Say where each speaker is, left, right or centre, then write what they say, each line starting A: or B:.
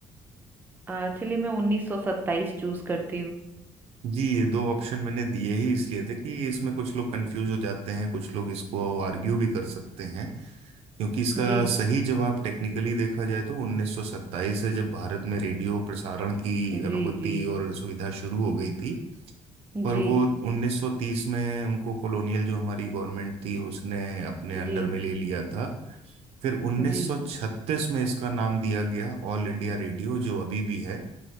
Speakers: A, on the right; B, on the right.
A: आ, चलिए मैं उन्नीस सौ सत्ताईस चूज करती हूँ
B: जी ये दो ऑप्शन मैंने दिए ही इसलिए थे कि इसमें कुछ लोग कंफ्यूज हो जाते हैं कुछ लोग इसको आर्ग्यू भी कर सकते हैं क्योंकि इसका
A: जी
B: सही जवाब टेक्निकली देखा जाए तो 1927 है जब भारत में रेडियो प्रसारण की अनुमति
A: जी जी
B: और सुविधा शुरू हो गई थी पर
A: जी
B: वो 1930 में उनको कॉलोनियल जो हमारी गवर्नमेंट थी उसने अपने अंडर
A: जी
B: में ले लिया था फिर 1936
A: जी
B: में इसका नाम दिया गया ऑल इंडिया रेडियो जो अभी भी है